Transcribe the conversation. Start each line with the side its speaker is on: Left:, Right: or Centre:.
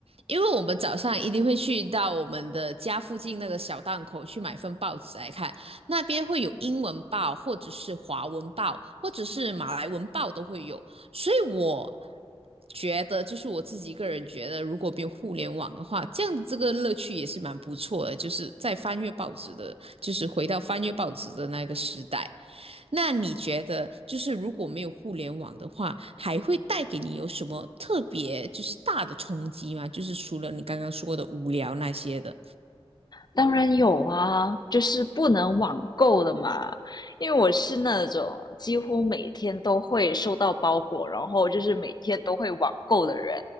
Right: 因为我们早上一定会去到我们的家附近那个小档口去买份报纸来看，那边会有英文报，或者是华文报，或者是马来文报都会有。所以我觉得，就是我自己个人觉得，如果没有互联网的话，这样的这个乐趣也是蛮不错的，就是在翻阅报纸的，就是回到翻阅报纸的那个时代。那你觉得，就是如果没有互联网的话，还会带给你有什么特别就是大的冲击吗？就是除了你刚刚说的无聊那些的，
Left: 当然有啊，就是不能网购的嘛。因为我是那种几乎每天都会收到包裹，然后就是每天都会网购的人。